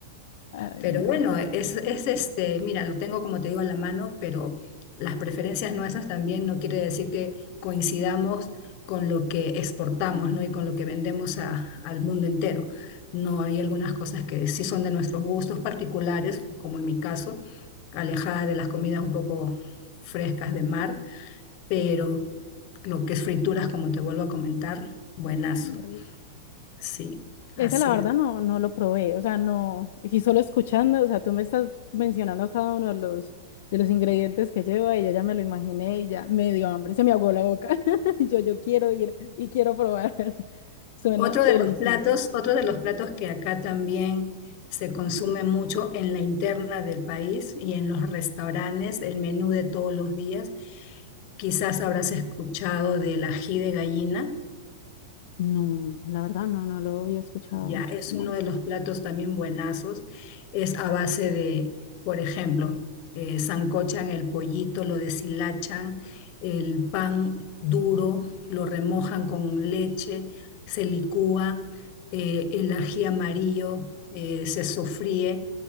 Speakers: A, on the left (about 60°); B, on the left (about 45°).
A: Ay,
B: pero
A: muy
B: bueno,
A: rico,
B: es, es este, mira, lo tengo como te digo a la mano, pero las preferencias nuestras también no quiere decir que coincidamos con lo que exportamos, ¿no? Y con lo que vendemos a- al mundo entero. No hay algunas cosas que sí son de nuestros gustos particulares, como en mi caso, alejada de las comidas un poco frescas de mar, pero lo que es frituras, como te vuelvo a comentar, buenazo.
A: muy rico.
B: Sí,
A: Esa
B: así
A: la verdad
B: es.
A: no, no lo probé, o sea, no, y solo escuchando, o sea, tú me estás mencionando cada uno de los, de los ingredientes que lleva y yo ya me lo imaginé y ya me dio hambre, se me ahogó la boca. <laughs> Y yo, yo quiero ir y quiero probar. <laughs> Suena
B: Otro
A: delicioso.
B: de los platos, otro de los platos que acá también se consume mucho en la interna del país y en los restaurantes, el menú de todos los días. Quizás habrás escuchado del ají de gallina.
A: No, la verdad no, no lo había escuchado.
B: Ya, es
A: ¿Cómo
B: uno
A: es?
B: de los platos también buenazos. Es a base de, por ejemplo, eh, sancochan el pollito, lo deshilachan, el pan duro, lo remojan con leche, se licúa, eh, el ají amarillo, eh, se sofríe,